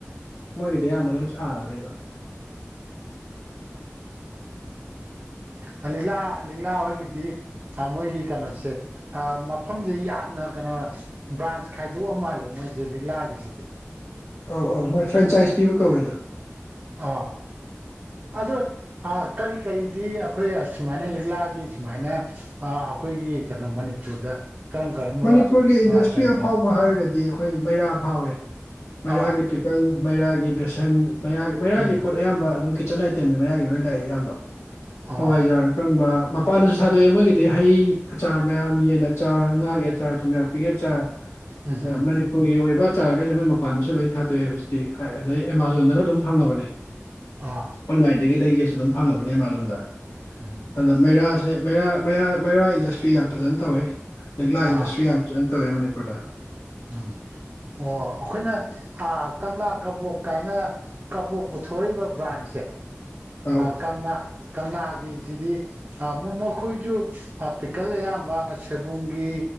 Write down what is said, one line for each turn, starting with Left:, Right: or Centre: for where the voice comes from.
Left: ꯃꯣꯏꯒꯤꯗꯤ ꯑꯌꯥꯝꯕ ꯂꯣꯏ ꯊꯅꯕꯅꯦꯗ
Right: ꯑꯣ ꯂꯤꯛꯂꯥ ꯂꯤꯛꯂꯥ ꯑꯩꯣꯏꯒꯤꯗꯤ ꯃꯣꯏꯒꯤ ꯀꯩꯅꯣꯁꯦ ꯃꯐꯝꯁꯦ ꯌꯥꯝꯅ ꯀꯩꯅꯣ ꯕ꯭ꯔꯥꯟꯁ ꯈꯥꯏꯗꯣꯛꯑ ꯃꯥꯜꯂꯦ ꯃꯣꯏꯁꯦ ꯂꯤꯛ ꯂꯥꯒꯤꯁꯤꯗꯤ
Left: ꯑꯧ ꯑꯧ ꯃꯣꯏ ꯐ꯭ꯔꯦꯟꯆꯥꯏꯁ ꯄꯤꯕ ꯀꯧꯋꯦꯗꯣ
Right: ꯑꯥ ꯑꯗꯣ ꯀꯔꯤ ꯀꯔꯤꯗꯤ ꯑꯩꯈꯣꯏ ꯁꯨꯃꯥꯏꯅ ꯂꯤꯛꯂꯥꯒꯤ ꯁꯨꯃꯥꯏꯅ ꯑꯩꯈꯣꯏꯒꯤ ꯀꯩꯅꯣ ꯃꯅꯤꯄꯨꯔꯗ ꯀꯔꯝ ꯀꯔꯝꯕ
Left: ꯃꯅꯤꯄꯨꯔꯒꯤ ꯏꯟꯗꯁꯇ꯭ꯔꯤ
Right: ꯑ ꯀꯩꯅꯣ
Left: ꯑꯐꯥꯎꯕ ꯍꯥꯏꯔꯒꯗꯤ ꯑꯩꯈꯣꯏ ꯃꯩꯔꯥ ꯐꯥꯎꯋꯦ ꯃꯩꯔꯥꯒꯤ
Right: ꯑꯥ
Left: ꯄꯤꯀꯜ ꯃꯩꯔꯥꯒꯤ ꯕꯦꯁꯟ ꯃꯩꯒꯤ ꯃꯩꯔꯥꯒꯤ
Right: ꯎꯝ
Left: ꯄꯣꯠ ꯑꯌꯥꯝꯕ ꯑꯗꯨꯝ ꯀꯤꯠꯆꯟ ꯑꯥꯏꯇꯦꯝꯗꯤ ꯃꯩꯔꯒꯤ ꯂꯣꯏ ꯂꯥꯛꯑꯦ ꯑꯌꯥꯝꯕ
Right: ꯑꯥ
Left: ꯍꯋꯥꯏꯖꯥꯔ ꯑꯀꯪꯕ ꯃꯄꯥꯟꯗꯁꯨ ꯊꯥꯗꯣꯛꯑꯦ ꯃꯣꯏꯒꯤꯗꯤ ꯍꯩ ꯑꯆꯥꯔ ꯃꯌꯥꯝ ꯌꯦꯟ ꯑꯆꯥꯔ ꯉꯥꯒꯤ ꯑꯆꯥꯔ ꯊꯨꯝ ꯌꯥꯔꯛꯄꯤꯒꯦ ꯆꯥꯔ
Right: ꯎꯝ ꯎꯝ
Left: ꯃꯅꯤꯄꯨꯔꯒꯤ ꯑꯣꯏꯕ ꯆꯥꯔꯈꯩꯁꯨ ꯃꯣꯏ ꯃꯄꯥꯟꯗꯁꯨ ꯂꯣꯏꯅ ꯊꯥꯗꯣꯛꯑꯦ ꯍꯧꯖꯤꯤ ꯑꯗꯩ ꯑꯦꯃꯥꯖꯣꯟꯗꯒ ꯑꯗꯨꯝ ꯐꯪꯉꯕꯅꯤ
Right: ꯑꯥ
Left: ꯑꯣꯟꯂꯥꯏꯟꯗꯒꯤ ꯂꯩꯒꯦꯁꯨ ꯑꯗꯨꯝ ꯐꯪꯉꯕꯅꯤ ꯑꯦꯃꯥꯖꯣꯟꯗ
Right: ꯎꯝ
Left: ꯑꯗ ꯃꯩꯔꯥ ꯦ ꯃꯩꯔꯥ ꯃꯩꯔꯥ ꯏꯟꯗꯁꯇ꯭ꯔꯤ ꯌꯥꯝ ꯐꯖꯅ ꯇꯧꯋꯦ ꯂꯤꯛꯂꯥ ꯏꯟꯗꯁꯇ꯭ꯔꯤ
Right: ꯑꯥ
Left: ꯅ ꯇꯧꯋꯦ ꯃꯅꯤꯄꯨꯔꯗ
Right: ꯎꯝ ꯑꯣ ꯑꯩꯈꯣꯏꯅ ꯀꯪꯂꯥ ꯀꯕꯣꯛ ꯀꯥꯏꯅ ꯀꯕꯣꯛ ꯊꯣꯛꯛꯏꯕ ꯕ꯭ꯔꯥꯟꯁꯦ
Left: ꯑꯧ
Right: ꯀꯪꯂ ꯀꯪꯂ ꯁꯤꯗꯤ ꯃꯈꯣꯏꯁꯨ ꯄꯤꯀꯜ ꯑꯌꯥꯝꯕ ꯁꯣꯏꯕꯨꯡꯒꯤ